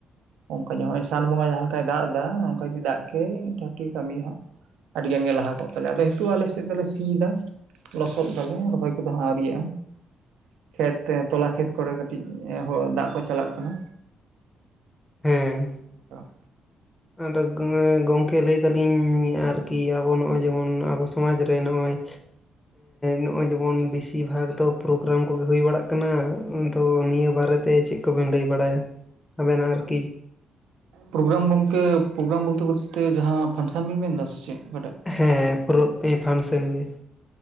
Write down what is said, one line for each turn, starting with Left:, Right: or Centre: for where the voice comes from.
Right: ᱚᱱᱠᱟᱮ ᱱᱚᱜᱼᱚᱭ ᱥᱟᱱ ᱵᱚᱸᱜᱟ ᱡᱟᱦᱟᱸ ᱞᱮᱠᱟᱭ ᱫᱟᱜ ᱮᱫᱟ ᱚᱱᱠᱟ ᱡᱩᱫᱤ ᱫᱟᱜ ᱠᱮᱭᱟᱭ ᱠᱟᱹᱢᱤ ᱦᱟᱸᱜ ᱾ ᱟᱹᱰᱤ ᱜᱟᱱ ᱜᱮ ᱞᱟᱦᱟ ᱠᱚᱜ ᱛᱟᱞᱮ ᱟᱫᱚ ᱱᱤᱛᱚᱜ ᱟᱞᱮ ᱥᱮᱫ ᱫᱚᱞᱮ ᱥᱤᱭᱮᱫᱟ ᱾ ᱞᱚᱥᱚᱫ ᱫᱟᱞᱮ ᱨᱚᱦᱚᱭ ᱠᱚᱫᱚ ᱟᱣᱨᱤᱭᱟᱜ-ᱟ ᱾ ᱠᱷᱮᱛ ᱛᱚᱞᱟ ᱠᱷᱮᱛ ᱠᱚᱨᱮ ᱠᱟᱹᱴᱤᱡ ᱫᱟᱜ ᱠᱚ ᱪᱟᱞᱟᱜ ᱠᱟᱱᱟ᱾
Left: ᱦᱮᱸ
Right: ᱛᱚ
Left: ᱟᱫᱚ ᱜᱚᱢᱠᱮ ᱞᱟᱹᱭ ᱫᱟᱞᱤᱧ ᱟᱨᱠᱤ ᱟᱵᱚ ᱱᱚᱜᱼᱚᱭ ᱡᱮᱢᱚᱱ ᱟᱵᱚ ᱥᱚᱢᱟᱡᱽ ᱨᱮ ᱱᱚᱜᱼᱚᱸᱚᱭ ᱱᱚᱜᱼᱚᱭ ᱡᱮᱢᱚᱱ ᱵᱮᱥᱤᱨ ᱵᱷᱟᱜᱽ ᱫᱚ ᱯᱨᱳᱜᱨᱟᱢ ᱠᱚᱜᱮ ᱾ ᱦᱩᱭ ᱵᱟᱲᱟᱜ ᱠᱟᱱᱟ ᱛᱚ ᱱᱤᱭᱟᱹ ᱵᱟᱨᱮᱛᱮ ᱪᱮᱫ ᱠᱚᱵᱮᱱ ᱞᱟᱹᱭ ᱵᱟᱲᱟᱭᱟ ᱟᱵᱮᱱᱟᱜ ᱟᱨᱠᱤ?
Right: ᱯᱨᱳᱜᱨᱟᱢ ᱜᱚᱢᱠᱮ ᱯᱨᱳᱜᱨᱟᱢ ᱵᱚᱞᱛᱮ ᱡᱟᱦᱟᱸ ᱯᱷᱟᱱᱥᱮᱱ ᱵᱮᱱ ᱢᱮᱱ ᱮᱫᱟ ᱥᱮ ᱪᱮᱫ ᱚᱠᱟᱴᱟᱜ?
Left: ᱦᱮᱸ ᱯᱩᱨᱟ ᱯᱷᱟᱱᱥᱮᱱ ᱜᱮ᱾